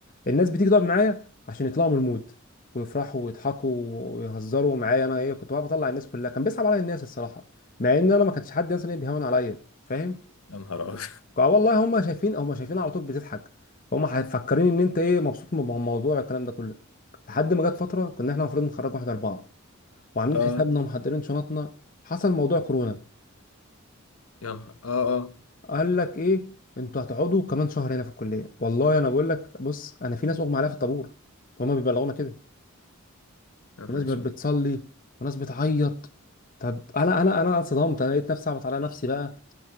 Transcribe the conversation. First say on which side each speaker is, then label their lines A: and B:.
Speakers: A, on the left; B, on the left.
A: الناس بتيجي تقعد معايا عشان يطلعوا من المود ويفرحوا ويضحكوا ويهزروا معايا انا ايه كنت بقى بطلع الناس كلها كان بيصعب عليا الناس الصراحه مع ان انا ما كانش حد مثلا إيه بيهون عليا فاهم
B: يا نهار ابيض
A: اه والله هم شايفين هم شايفين على طول بتضحك هم مفكرين ان انت ايه مبسوط من الموضوع الكلام ده كله لحد ما جت فتره كنا احنا المفروض نخرج واحد اربعه
B: <laughs>
A: وعاملين
B: اه
A: حسابنا ومحضرين شنطنا حصل موضوع كورونا
B: يا نهار اه اه
A: قال لك ايه انتوا هتقعدوا كمان شهر هنا في الكليه والله انا بقول لك بص انا في ناس اغمى عليها في الطابور هما بيبلغونا كده
B: يا نهار
A: وناس بت-
B: اسود
A: بتصلي وناس بتعيط طب انا انا انا اتصدمت انا لقيت نفسي اعبط على نفسي بقى